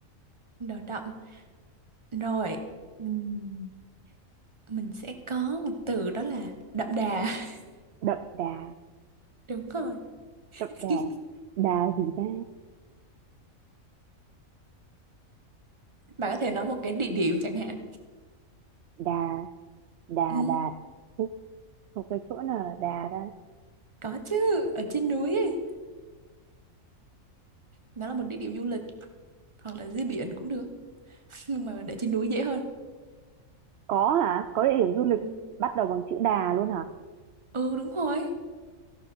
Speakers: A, on the right; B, on the right.
A: đỏ đậm rồi Ừm, mình sẽ có một từ đó là đậm đà <laughs>
B: đậm đà
A: đúng rồi <laughs>
B: đậm đà đà gì ta
A: bạn có thể nói một cái địa điểm chẳng hạn
B: đà đà
A: ừ,
B: đà Ê, một cái chỗ nào là đà ta
A: có chứ ở trên núi ấy. nó là một địa điểm du lịch hoặc là dưới biển cũng được <laughs> nhưng mà để trên núi dễ hơn
B: có hả có địa điểm du lịch
A: ừ,
B: bắt đầu bằng chữ đà luôn hả
A: ừ đúng rồi